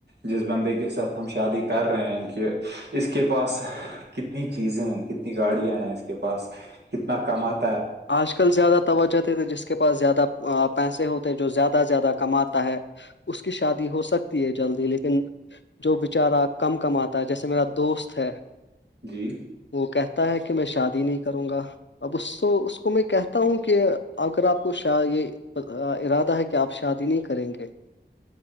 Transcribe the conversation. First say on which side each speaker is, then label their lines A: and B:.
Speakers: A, on the right (about 65°); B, on the left (about 80°).
A: جس بندے کے ساتھ ہم شادی کر رہے ہیں کہ اس کے پاس کتنی چیزیں ہیں کتنی گاڑیاں ہیں اس کے پاس کتنا کمات
B: آج کل زیادہ توجہتے تھے جس کے پاس زیادہ پیسے ہوتے ہیں جو زیادہ سے زیادہ کماتا ہے اس کی شادی ہو سکتی ہے جلدی لیکن جو بیچارہ کم کم آتا ہے جیسے میرا دوست ہے
A: جی
B: وہ کہتا ہے کہ میں شادی نہیں کروں گا اب اس اس اس کو میں کہتا ہوں کہ اگر آپ کو شا یہ ارادہ ہے کہ آپ شادی نہیں کریں گے